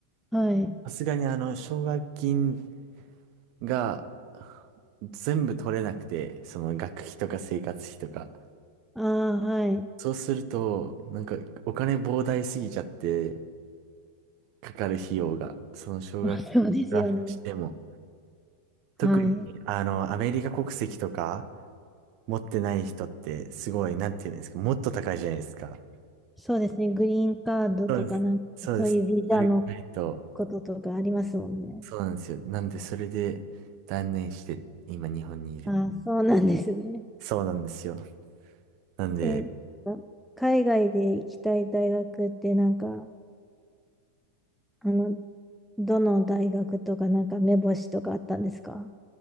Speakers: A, in the centre; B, on the right.
A: はい。
B: さすがにあの、奨学金が、全部取れなくて、その学費とか生活費とか。
A: あー、はい。
B: そうすると、なんかお金膨大すぎちゃって、かかる費用が、その奨学金プラスしても。
A: <laughs> あそうですよね。
B: 特に、
A: はい。
B: あの、アメリカ国籍とか持ってない人って、すごい、なんていうんですか、もっと高いじゃないですか。
A: そうですね。グリーンカードとかなんか、
B: そうです。そうです。
A: そういうビザの
B: それがないと、
A: こととかありますもんね。
B: そうなんですよ。なんで、それで断念して、今日本にいる。
A: あそうなんですね。
B: そうなんですよ。なんで、
A: え、海外で行きたい大学ってなんか、あの、どの大学とかなんか目星とかあったんですか